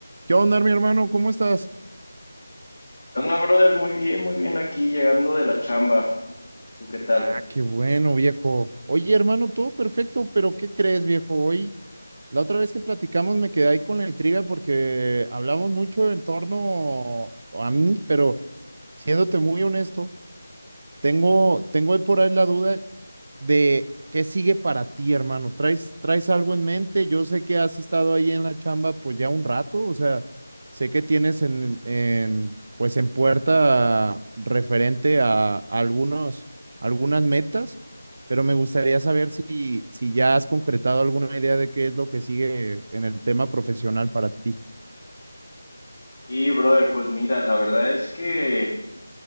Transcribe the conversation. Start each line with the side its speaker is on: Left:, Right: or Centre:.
Right: ¿Qué onda, mi hermano? ¿Cómo estás?
Left: ¿Qué onda, brother? Muy bien, muy bien aquí llegando de la chamba. ¿Tú qué tal?
Right: Ah, qué bueno, viejo. Oye, hermano, todo perfecto, pero ¿qué crees, viejo? Hoy, la otra vez que platicamos me quedé ahí con la intriga porque hablamos mucho en torno a mí, pero siéndote muy honesto, tengo, tengo ahí por ahí la duda de qué sigue para ti, hermano. ¿Traes, traes algo en mente? Yo sé que has estado ahí en la chamba pues ya un rato, o sea, sé que tienes en, en pues en puerta referente a, algunos, algunas metas, pero me gustaría saber si, si ya has concretado alguna idea de qué es lo que sigue en el tema profesional para ti.
Left: Y, brother, pues mira, la verdad es que